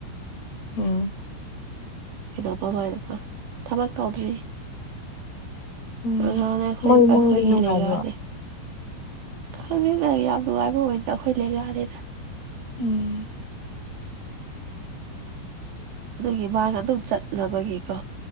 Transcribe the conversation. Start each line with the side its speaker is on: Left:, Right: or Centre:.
Left: ꯎꯝ
Right: ꯀꯩꯗꯧꯕ ꯃꯥꯏ ꯅꯨꯄꯥ ꯊꯕꯛ ꯇꯧꯗ꯭ꯔꯤ
Left: ꯎꯝ
Right: ꯑꯉꯥꯡꯅꯦ ꯑꯈꯣꯏ
Left: ꯃꯣꯏ ꯏꯃꯨꯡꯗꯤ
Right: ꯑꯩꯈꯣꯏꯒꯤ
Left: ꯅꯨꯡꯉꯥꯏꯕ꯭ꯔꯣ
Right: ꯂꯦꯡꯒꯥꯅꯦ ꯈꯪꯗꯦꯗꯥ ꯌꯥꯝ ꯅꯨꯡꯉꯥꯏꯕ ꯑꯣꯏꯗꯦꯗ ꯑꯩꯈꯣꯏ ꯂꯦꯡꯒꯥꯅꯤꯅꯥ
Left: ꯎꯝ
Right: ꯑꯗꯒꯤ ꯃꯥꯒ ꯑꯗꯨꯝ ꯆꯠꯂꯕꯒꯤꯀꯣ